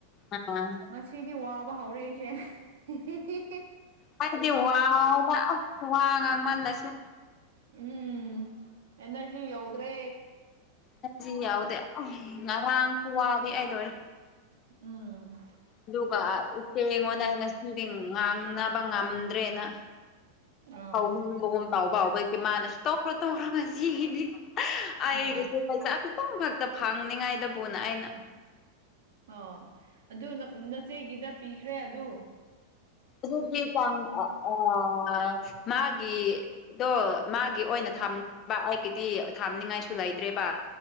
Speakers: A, on the left (about 30°); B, on the right (about 60°).
A: ꯑꯥ
B: ꯉꯁꯤꯗꯤ ꯋꯥꯕ ꯍꯧꯔꯦ ꯑꯩꯁꯦ ꯍꯤ ꯍꯤ
A: ꯍꯥꯢꯕꯗꯤ ꯋꯥꯕꯥ ꯋꯥꯉꯥꯡ ꯃꯟꯂꯁꯨ
B: ꯎꯝ ꯑꯦꯅꯔꯖꯤ ꯌꯧꯗ꯭ꯔꯦ
A: ꯑꯦꯗꯖꯤꯟ ꯌꯥꯎꯗꯦ ꯑ ꯉꯔꯥꯡ ꯈꯨꯋꯥꯗꯤ ꯑꯩ ꯂꯣꯏꯔꯦ
B: ꯎꯝ
A: ꯑꯗꯨꯒ ꯏꯆꯦ ꯑꯩꯉꯣꯟꯗ ꯑꯩ ꯉꯁꯤꯗꯤ ꯉꯥꯡꯅꯕ ꯉꯝꯗ꯭ꯔꯦꯅ
B: ꯑꯣ
A: ꯍꯧꯅꯤꯡꯕꯒꯨꯝ ꯇꯧꯕ ꯍꯧꯕꯒꯤ ꯃꯥꯅꯁꯨ ꯇꯧꯈ꯭ꯔꯣ ꯇꯧꯈ꯭ꯔ‌ꯣ ꯉꯁꯤꯒꯤꯗꯤ ꯑꯩꯒꯤꯁꯨ
B: ꯑꯥ
A: ꯄꯩꯁꯥ ꯈꯤꯇꯪ ꯈꯛꯇ ꯐꯪꯅꯤꯡꯉꯥꯏꯗꯕꯨꯅ ꯑꯩꯅ
B: ꯑꯣ ꯑꯗꯨ ꯅ ꯅꯆ‌ꯦꯒꯤꯗ ꯄꯤꯈ꯭ꯔꯦ ꯑꯗꯨ
A: ꯑꯗꯨꯗꯤ ꯇꯪ ꯑ ꯑꯥ ꯃꯥꯒꯤ ꯑꯗꯣ ꯃꯥꯒꯤ ꯑꯣꯏꯅ ꯊꯝꯕ ꯑꯩꯒꯤꯗꯤ ꯊꯝꯅꯤꯡꯉꯥꯏꯁꯨ ꯂꯩꯇ꯭ꯔꯦꯕ